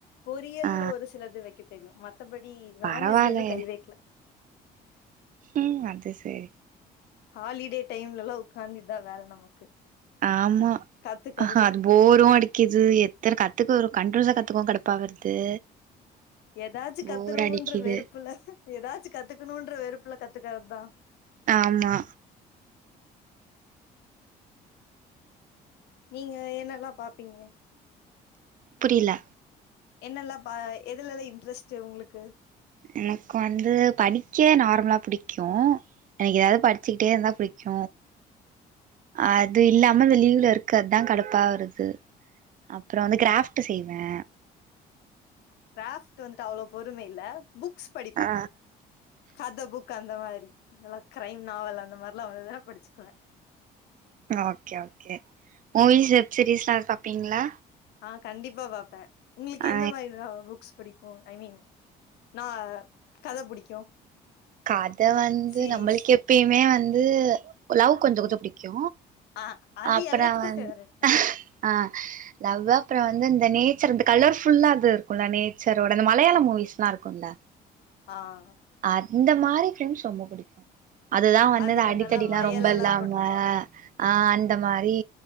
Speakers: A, on the left (about 80°); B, on the right (about 50°).
A: பொரியல்
B: ஆ
A: ஒரு சிலது வெக்க தெரியு மத் தபடி நான்
B: பரவால்லயே
A: வெஜ்ல இன்னு கை வெக்ல
B: ம் அது சேரி
A: ஹாலிடே டைம்லலா உக்காந்து இதா வேல நமக்கு
B: ஆமா
A: கத்துக்கறது
B: அது போரு அடிக்கிது எத்தன கத்துக்க வரு கன்டினியூஸா கத்துக்கவு கடுப்பா வருது
A: ஏதாச்சு
B: போர்
A: கத்துருவோன்ற
B: அடிக்குது
A: வெறுப்புல ஏதாச்சி கத்துக்கணுன்ற வெறுப்புல கத்துக்கற தா
B: ஆமா
A: நீங்க என்னல்லா பாப்பீங்க
B: புரியில
A: என்னல்லா பா எதுலலா இன்ட்ரெஸ்டு உங்களுக்கு
B: எனக்கு வந்து படிக்க நார்மலா புடிக்கு எனக்கு ஏதாவது படிச்சிக்கிட்டே இருந்தா புடிக்கு அது இல்லாம இந்த லீவ்ல இருக்கதா கடுப்பா வருது அப்றோ வந்து கிராஃப்ட்டு செய்வே
A: கிராப்ட் வந்துட்டு அவ்ளோ பொறும இல்ல புக்ஸ் படிப்பே
B: ஆ
A: கத புக் அந்த மாரி நல்லா கிரைம் நாவல் அந்த மாரிலா வந்துதுனா படிச்சுக்குவே
B: ஓகே ஓகே மூவிஸ் வெப் சீரிஸ்லா எது பாப்பீங்ளா
A: ஆ கண்டிப்பா பாப்பே உங்குளுக்கு
B: ஆ
A: எந்த மாரிலா புக்ஸ் புடிக் ஓ ஐ மின் நா கத புடிக்கு
B: கத வந்து
A: சீரீஸ்
B: நம்மள்க்கு எப்பேயுமே வந்து லவ் கொஞ்சோ கொஞ்சோ புடிக்கு
A: ஆ அது
B: அப்பற
A: எல்லாத்துக்கு
B: வந்த்
A: ஃபேவரட் தா
B: ஆ லவ் அப்றோ வந்து இந்த நேச்சர் அந்த கலர் ஃபுல்லா அது இருக்குல்ல நேச்சரோட அந்த மலயாள மூவிஸ்லா இருக்குல்ல
A: ஆ
B: அந்த மாரி ஃபில்ம்ஸ் ரொம்ப புடிக்கு அதுதா வந்து
A: அதுல
B: நா அடித்தடில்லா
A: நல்லா வயலெல்லா
B: ரொம்ப இல்லாம
A: போட்ருப்பாங்க
B: ஆ அந்த மாரி